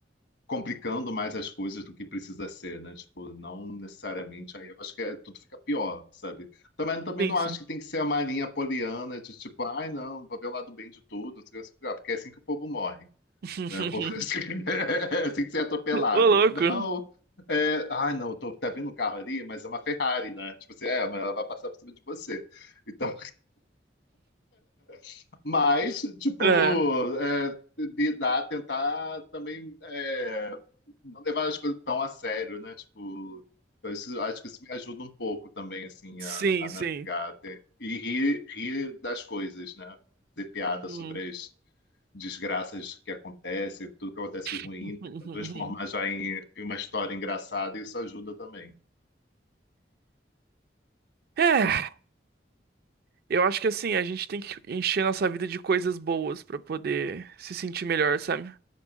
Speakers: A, on the left; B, on the right.
A: complicando mais as coisas do que precisa ser, né? Tipo, não necessariamente aí eu acho que é- tudo fica pior, sabe? Também também
B: Sim,
A: não
B: sim.
A: acho que tem que ser a marinha poliana de tipo, ai não, vou ver o lado bem de tudo, não sei o que, não sei o que lá, porque é assim que o povo morre
B: <laughs>
A: né? O povo <laughs> assim, assim que você é atropelado.
B: Ô, louco.
A: Não. É, ah, não, tô, tá vindo um carro ali, mas é uma Ferrari, né? Tipo assim, é, mas ela vai passar por cima de você. Então, <laughs> mas, tipo,
B: É.
A: é, lidar, tentar também é, não levar as coisas tão a sério, né? Tipo, então isso, acho que isso me ajuda um pouco também, assim,
B: Sim,
A: a, a
B: sim.
A: navegar. Ter- E rir, rir das coisas, né? Fazer piada
B: Hum.
A: sobre as, desgraças que acontecem, tudo que acontece de ruim,
B: <laughs>
A: tentar transformar já em, em uma história engraçada, e isso ajuda também.
B: É. Eu acho que assim, a gente tem que encher nossa vida de coisas boas pra poder se sentir melhor, sabe?